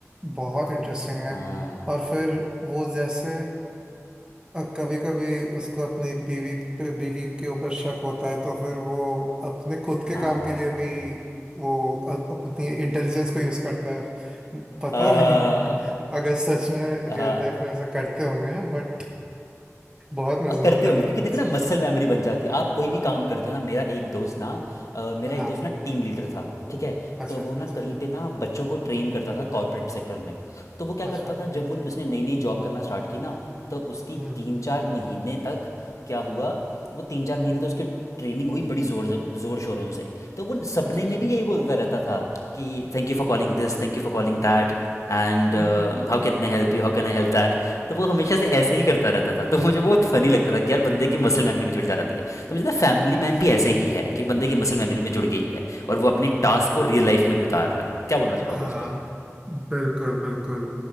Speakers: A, on the right; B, on the left.
A: बहुत इंटरेस्टिंग है
B: हाँ
A: और फिर वो जैसे कभी कभी उसको अपनी बीवी पे बीवी के ऊपर शक होता है तो फिर वो अपने खुद के
B: हाँ
A: काम के लिए भी वो अ- अपनी इंटेलिजेंस को यूज करता है पता
B: हाँ
A: नहीं अगर सच में
B: हाँ
A: रियल लाइफ में ऐसा करते होंगे बट बहुत मजेदार
B: अ, करते
A: लगता
B: होंगे क्योंकि
A: है वो
B: देखो ना
A: चीज
B: मसल मेमोरी बन जाती है आप कोई भी काम करते हो ना मेरा एक दोस्त ना अ, मेरा
A: हाँ
B: एक दोस्त ना टीम लीडर था ठीक है
A: अच्छा
B: तो वो
A: अच्छा
B: ना
A: अच्छा
B: कहीं पे ना बच्चों को ट्रेन करता था कॉर्पोरेट सेक्टर में तो वो क्या
A: अच्छा
B: करता था जब वो उसने नई नई जॉब करना स्टार्ट की ना तो उसकी
A: हम्म
B: तीन चार महीने तक क्या हुआ वो तीन चार महीने तो उसकी ट्रेनिंग हुई बड़ी जोर जोर शोरों से तो वो सपने
A: अच्छा अच्छा
B: में भी यही बोलता रहता था कि thank you for calling this thank you for calling that and
A: <laughs>
B: how can I help you how can I help that तो वो हमेशा से ऐसे ही करता रहता था तो मुझे बहुत फनी लगता था कि यार बंदे की मसल मेमोरी में जुड़ जाती है तो मुझे लगता है
A: वही
B: फैमिली मैन भी ऐसे ही है कि बंदे की मसल मेमोरी में जुड़ गई है और वो अपने टास्क को रियल लाइफ में भी उतार रहा है क्या बोलना चाहोगे
A: हाँ
B: इस पर
A: बिल्कुल बिल्कुल